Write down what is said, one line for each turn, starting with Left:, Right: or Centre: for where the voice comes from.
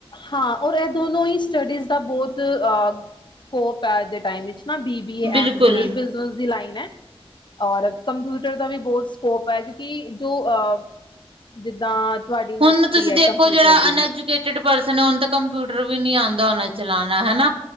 Left: ਹਾਂ ਔਰ ਇਹ ਦੋਨੋ ਹੀ ਸਟੱਡੀਜ਼ ਦਾ ਬਹੁਤ ਅ ਸਕੋਪਮ ਨਾ ਬੀ ਬੀ
Right: ਬਿਲਕੁਲ
Left: ਬੀਏ ਬ ਦੀ ਲਾਈਨ ਹੈ। ਔਰ ਕੰਪਿਊਟਰ ਦਾ ਵੀ ਬਹੁਤ ਸਕੋਪ ਹੈ ਕਿਉਂਕਿ ਜੋ ਅ ਜਿੱਦਾਂ ਤੁਹਾਡੀ ਇੰਡਸਟਰੀ
Right: ਹੁਣ ਤੁਸੀਂ
Left: ਹੈ
Right: ਦੇਖੋ
Left: ਕੰਪਿਊਟਰ
Right: ਜਿਹੜਾ
Left: ਦੀ
Right: ਅਨਐਜੂਕੇਟ ਕਈ ਪਰਸਨ ਕੰਪਿਊਟਰ ਵੀ ਨੀ ਆਂਦਾ ਚਲਾਣਾ ਹਨ।